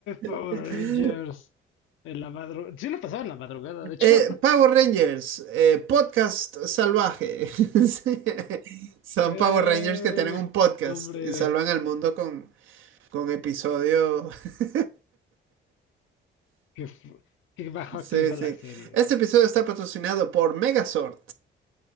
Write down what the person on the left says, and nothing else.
Power
Rangers. En la madrugada. Sí, lo pasaba en la madrugada, de hecho.
<laughs>
Eh,
hombres,
que, fu- que bajo
ha caído
la serie.